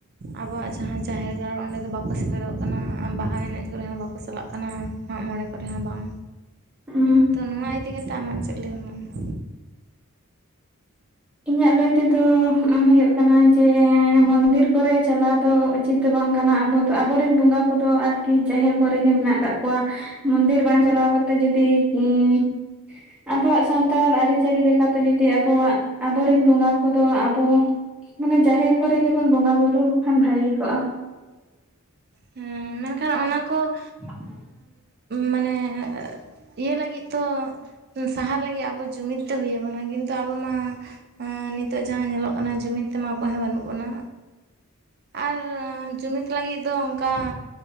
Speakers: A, on the right; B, in the centre.
A: ᱟᱵᱚᱣᱟᱜ ᱡᱟᱦᱟᱸ ᱡᱟᱦᱮᱨ ᱜᱟᱲ ᱚᱸᱰᱮ ᱫᱚ ᱵᱟᱠᱚ ᱥᱮᱞᱮᱫᱚᱜ ᱠᱟᱱᱟ ᱵᱟᱦᱟ ᱮᱱᱮᱡ ᱠᱚᱨᱮ ᱦᱚᱸ ᱵᱟᱠᱚ ᱪᱟᱞᱟᱜ ᱠᱟᱱᱟ ᱢᱟᱜ ᱢᱚᱬᱮ ᱠᱚᱨᱮ ᱦᱚᱸ ᱵᱟᱝ
B: ᱦᱩᱸ
A: ᱛᱚ ᱱᱚᱣᱟ ᱤᱫᱤ ᱠᱟᱛᱮ ᱟᱢᱟᱜ ᱪᱮᱫ ᱞᱮ ᱢᱮ ᱟᱢᱟᱜ
B: ᱤᱧᱟᱹᱜ ᱞᱟᱹᱭ ᱛᱮᱫᱚᱜ ᱦᱩᱭᱩᱜ ᱠᱟᱱᱟ ᱡᱮ ᱢᱚᱱᱫᱤᱨ ᱠᱚᱨᱮ ᱪᱟᱞᱟᱣ ᱫᱚ ᱩᱪᱤᱛ ᱫᱚ ᱵᱟᱝ ᱠᱟᱱᱟ ᱟᱵᱚ ᱫᱚ ᱟᱵᱚᱨᱮᱱ ᱵᱚᱸᱜᱟ ᱠᱚᱫᱚ ᱟᱨᱠᱤ ᱡᱟᱦᱮᱨ ᱠᱚᱨᱮ ᱜᱮ ᱢᱮᱱᱟᱜ ᱟᱠᱟᱫ ᱠᱚᱣᱟ᱾ ᱢᱚᱱᱫᱤᱨ ᱵᱟᱝ ᱪᱟᱞᱟᱣ ᱠᱟᱛᱮ ᱡᱚᱫᱤ ᱩᱢᱻ ᱟᱵᱚᱣᱟᱜ ᱥᱟᱱᱛᱟᱲ ᱟᱹᱨᱤᱪᱟᱹᱞᱤ ᱞᱮᱠᱟᱛᱮ ᱡᱩᱫᱤ ᱟᱵᱚᱣᱟᱜ ᱟᱵᱚᱨᱮᱱ ᱵᱚᱸᱜᱟ ᱠᱚᱫᱚ ᱟᱵᱚ ᱢᱟᱱᱮ ᱡᱟᱦᱮᱨ ᱠᱚᱨᱮ ᱜᱮᱵᱚᱱ ᱵᱚᱸᱜᱟ ᱵᱩᱨᱩ ᱠᱚ ᱠᱷᱟᱱ ᱵᱷᱟᱹᱜᱤ ᱠᱚᱜᱼᱟ᱾
A: ᱦᱮᱸ ᱢᱮᱱᱠᱷᱟᱱ ᱚᱱᱟ ᱠᱚ
B: <unintelligible>
A: ᱢᱟᱱᱮ ᱤᱭᱟᱹ ᱞᱟᱹᱜᱤᱫ ᱛᱚ ᱥᱟᱦᱟ ᱞᱟᱹᱜᱤᱜ ᱟᱵᱚ ᱡᱩᱢᱤᱫ ᱛᱮ ᱦᱩᱭ ᱟᱵᱚᱱᱟ ᱠᱤᱱᱛᱩ ᱟᱵᱚ ᱢᱟ ᱮ ᱱᱤᱛᱚᱜ ᱡᱟᱦᱟᱸ ᱧᱮᱞᱚᱜ ᱠᱟᱱᱟ ᱡᱩᱢᱤᱫ ᱛᱮᱢᱟ ᱚᱠᱚᱭ ᱦᱚᱸ ᱵᱟᱹᱱᱩᱜ ᱵᱚᱱᱟ ᱟᱨ ᱡᱩᱢᱤᱫ ᱞᱟᱹᱜᱤᱫ ᱫᱚ ᱚᱝᱠᱟ